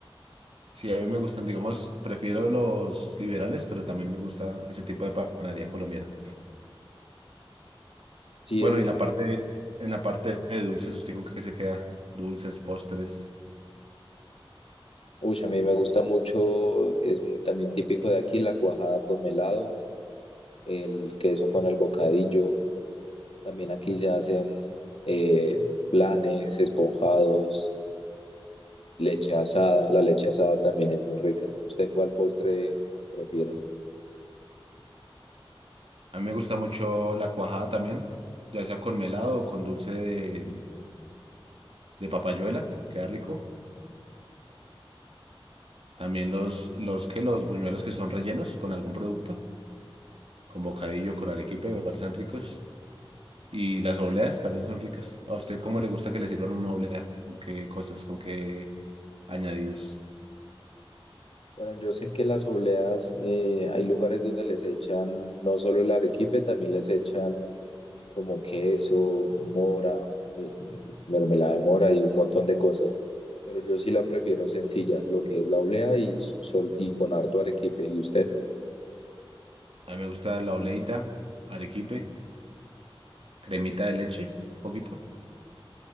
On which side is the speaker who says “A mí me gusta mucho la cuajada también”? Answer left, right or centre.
Right